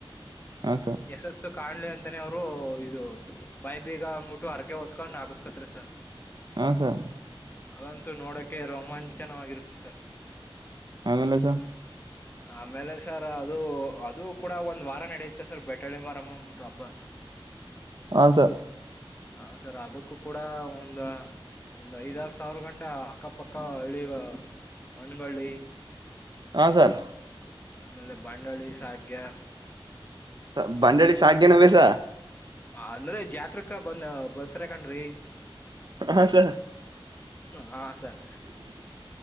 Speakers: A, on the right; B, on the left.
A: ಹಾಂ ಸರ್
B: ಯಶಸ್ಸು ಕಾಣಲಿ ಅ ತಾನೇ ಅವರು ಇದು ಬಾಯಿ ಬೀಗ ಅಬಟ್ಟು ಅರಕ ಹೊತ್ಕೊಂಡ್ ಹಗಸ್ಕತ್ ಸರ್
A: ಹಾ ಸರ್
B: ಅದಂತೂ ನೋಡಕೆ ರೋಮಾಂಚನವಾಗಿರುತ್ತೆ ಸರ್
A: ಆಮೇಲೆ ಸ
B: ಆಮೇಲೆ ಸರ್ ಅದು ಅದು ಕೂಡ ಒಂದ್ ವಾರ ನಡೆಯುತ್ತೆ ಸರ್ ಬೆಟಳ್ಳಿ ಮಾರಮ್ಮ ಅಂದ್ಬಿಟ್ಟು ಹಬ್ಬ
A: ಹ ಸರ್
B: ಹ ಸರ್ ಅದಕ್ಕೂ ಕೂಡ ಒಂದ ಒಂದ್ ಐದಾರ ಸಾವಿರ ಗಂಟ ಅಕ್ಕಪಕ್ಕ ಹಳ್ಳಿ ಮಣಕೊಳ್ಳಿ
A: ಹಾ ಸರ್
B: ಆಮೇಲೆ ಬಂಡಳಿ ಸಖ್ಯ
A: ಸ ಬಂಡಡಿ ಶಾಕನ ಬಸ
B: ಅಂದ್ರೆ ಜಾತ್ಕ ಬಂದ ಬರ್ತರಕನ್್ರಿ
A: ಹಾ ಸ
B: ಹಾ ಸರ್